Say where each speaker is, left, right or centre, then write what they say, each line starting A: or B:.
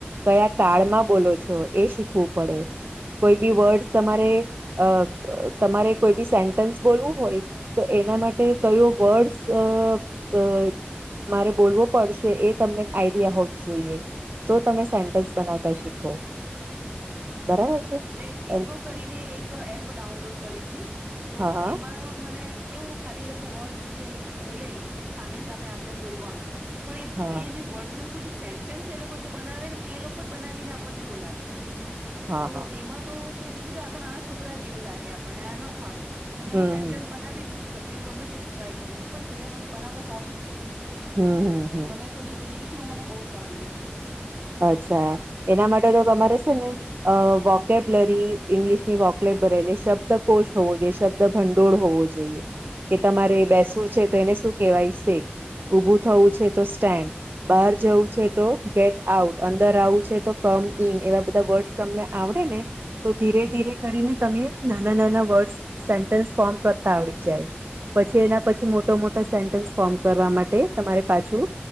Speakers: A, on the right; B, on the right.
A: કયા કાળમાં બોલો છ છો એ શીખવું પડે. કોઈ બી વર્ડ તમારે અ તમારે કોઈ બી સેન્ટન્સ બોલવું હોય તો એના માટે કયો વર્ડસ અ અ મારે બોલવો પડશે એ તમને આઈડિયા હોવી જોઈએ. તો તમે સેન્ટન્સ બનાવતા શીખો. બરાબર
B: ઓકે
A: છે
B: મેં બિંગો
A: એમ
B: કરીને એક એપ ડાઉનલોડ કરી તી. તો
A: હા
B: એમાં મને કેવું ખાલી એ લોકો વર્ડસ જે એ લોકો બોલે એ પછી સામે સામે આપણેે બોલવાનું. પણ
A: હા
B: એ એ જે વર્ડસ આખું સેન્ટન્સ એ લોકો જે બનાવે ને એ લોકો જ બનાવીને આપણને બોલાવે.
A: હા
B: તો
A: હા
B: એમાં તો મેં કીધું આ તો નાના છોકરા જેવું લાગે આપણને આ ન ફાવે. મને
A: હમ
B: હું સેન્ટેન્સ બનાવી જ નથી શકતી હું ગમે તેથી ટ્રાય કરું છું પણ છેલ્લે મને બનાવતા ફાવતું જ નથી.
A: હમ હમ હમ હમ
B: એ મને થોડીક ઈંગ્લિશમાં મને બહુ પ્રોબ્લેમ થાય છે.
A: અચ્છા એના માટે તો તમારે છે ને અ વોકેબલરી ઇંગ્લિશની વોકલેપ એટલે શબ્દકોષ હોવો જોઈએ, શબ્દ ભંડોળ હોવો જોઈએ કે તમારે બેસવું છે તો એને શું કહેવાય સેટ, ઉભું થવું છે તો સ્ટેન્ડ, બહાર જવું છે તો ગેટ આઉટ, અંદર આવું છે તો કમ ઈન, એવા બધા વર્ડસ તમને આવડે ને તો ધીરે ધીરે કરીને તમે નાના નાના વર્ડ સેન્ટન્સ ફોર્મ કરતા આવડી જાય પછી એના પછી મોટો મોટો સે ફોર્મ કરવા માટે તમારે પાછું